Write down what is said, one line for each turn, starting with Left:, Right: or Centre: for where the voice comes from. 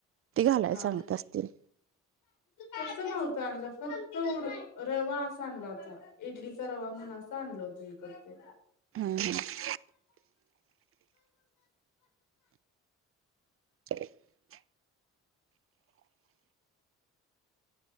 Right: ती घालायला
Left: हा.
Right: सांगत असतील
Left: तसं नव्हतं आणलं, फक्त रवा अस आणला होता. इडलीचा रवा म्हणून असा आणलं होत इकत ते.
Right: हम्म, हम. <unintelligible>